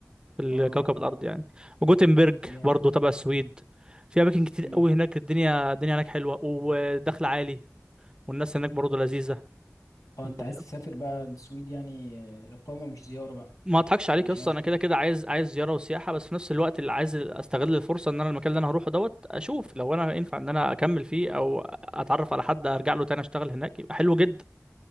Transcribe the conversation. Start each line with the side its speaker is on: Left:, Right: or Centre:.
Right: في الكوكب
Left: اه
Right: الارض يعني وجوتنبرج
Left: جامد
Right: برضو تبع السويد في اماكن كتير
Left: امم
Right: قوي هناك الدنيا الدنيا هناك حلوه ودخل عالي والناس هناك برضو لذيذه
Left: اه
Right: انت
Left: انت
Right: فاهم
Left: عايز تسافر بقى السويد يعني آه، اقامه مش زياره بقى
Right: ما اضحكش
Left: يعني
Right: عليك
Left: مش
Right: يا اسطى
Left: عايز
Right: انا
Left: تروح
Right: كده كده عايز عايز زياره وسياحه بس في نفس الوقت اللي عايز استغل الفرصه ان انا المكان اللي انا هروحه دوت اشوف لو انا ينفع ان انا اكمل فيه او اتعرف على حد ارجع له تاني اشتغل هناك يبقى حلو جدا